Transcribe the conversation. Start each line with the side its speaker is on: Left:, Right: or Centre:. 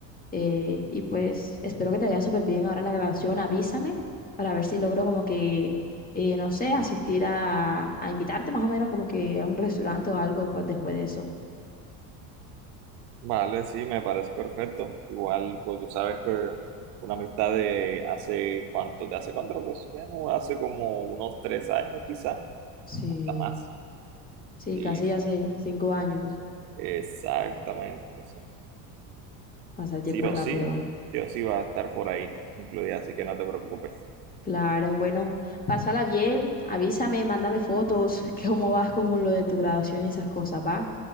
Left: Eh, y pues espero que te vaya súper bien ahora en la grabación. Avísame para ver si logro como que, eh, no sé, asistir a, a invitarte más o menos como que a un restaurante o algo pues después de eso.
Right: Vale, sí, me parece perfecto. Igual, pues tú sabes que una amistad de hace cuánto, de hace cuánto, pues bueno, hace como unos tres años quizás,
Left: Sí,
Right: hasta más.
Left: sí,
Right: Sí,
Left: casi
Right: sí.
Left: hace cinco años.
Right: Exactamente. sí.
Left: Pasa el tiempo
Right: Sí
Left: rápido,
Right: o sí,
Left: ¿ah?
Right: sí o sí va a estar por ahí incluida, así que no te preocupes.
Left: Claro, bueno, pásala bien, avísame, mándame fotos, <laughs> cómo vas con lo de tu graduación y esas cosas, ¿va?